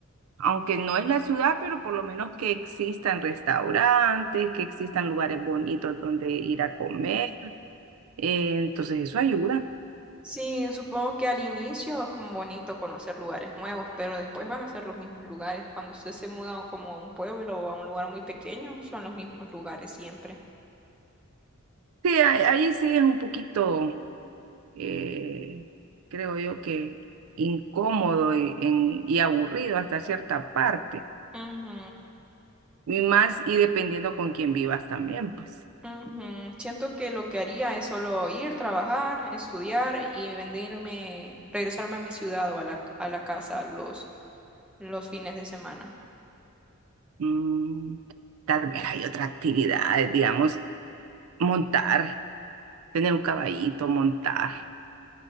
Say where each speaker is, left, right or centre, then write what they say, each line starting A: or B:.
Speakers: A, on the right; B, in the centre.
A: aunque no es la ciudad, pero por lo menos que existan restaurantes, que existan lugares bonitos donde ir a comer eh, entonces eso ayuda.
B: Sí, supongo que al inicio es como bonito conocer lugares nuevos, pero después van a ser los mismos lugares. Cuando usted se muda como a un pueblo o a un lugar muy pequeño, son los mismos lugares siempre.
A: Sí, a- ahí sí es un poquito, eh, creo yo que incómodo y, en- y aburrido hasta cierta parte.
B: Ujú,
A: Y más, y dependiendo con quién vivas también, pues.
B: ujú. Siento que lo que haría es solo ir, trabajar, estudiar y venirme, regresarme a mi ciudad o a la, a la casa los, los fines de semana.
A: Mm, tal vez hay otra actividad, digamos, montar, tener un caballito, montar.